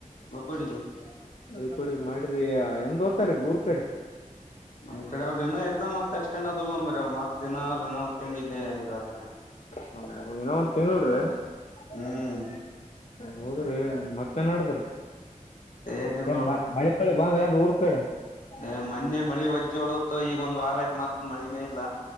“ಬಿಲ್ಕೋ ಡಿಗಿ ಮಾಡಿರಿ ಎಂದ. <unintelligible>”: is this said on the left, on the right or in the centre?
Left